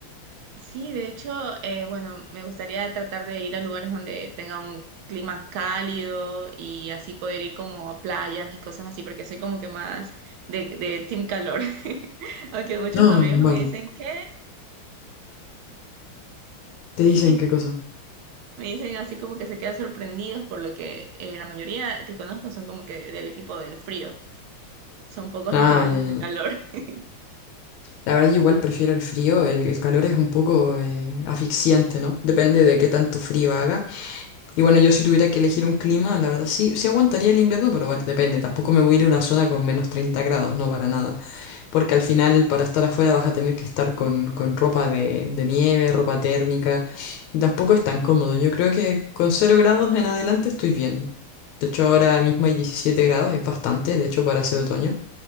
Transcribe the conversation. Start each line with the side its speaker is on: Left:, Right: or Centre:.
Right: Sí, de hecho, eh, bueno, me gustaría tratar de ir a lugares donde tenga un clima cálido y así poder ir como a playas y cosas así, porque soy como que más de, de team calor. <laughs> Aunque muchos
Left: No,
Right: amigos
Left: no, vale.
Right: me dicen que sí,
Left: ¿Te dicen qué cosa?
Right: me dicen así como que se quedan sorprendidos por lo que eh, la mayoría que conozco son como que del equipo del frío. Son pocos
Left: Ah,
Right: los que les
Left: ya,
Right: gusta
Left: ya,
Right: el calor. <laughs>
Left: La verdad, yo igual prefiero el frío, el, el calor es un poco eh, asfixiante, ¿no? Depende de qué tanto frío haga. Y bueno, yo si tuviera que elegir un clima, la verdad sí, sí aguantaría el invierno, pero bueno, depende. Tampoco me voy a ir a una zona con menos 30 grados, no para nada. Porque al final, para estar afuera, vas a tener que estar con, con ropa de, de nieve, ropa térmica. Tampoco es tan cómodo. Yo creo que con cero grados en adelante estoy bien. De hecho, ahora mismo hay 17 grados, es bastante, de hecho, para ser otoño.